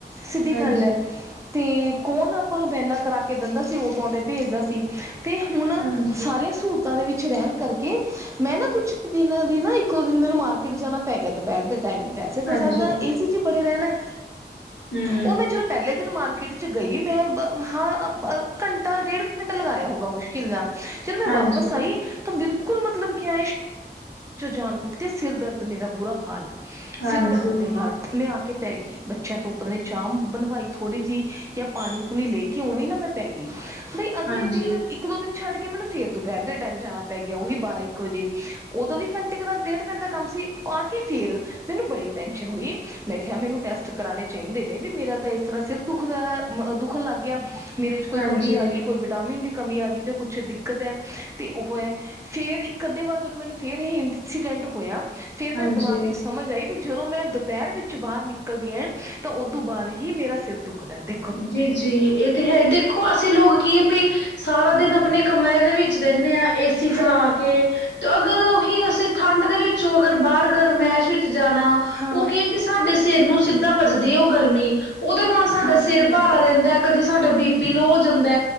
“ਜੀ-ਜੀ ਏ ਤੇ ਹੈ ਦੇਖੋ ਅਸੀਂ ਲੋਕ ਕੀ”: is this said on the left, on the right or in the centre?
Left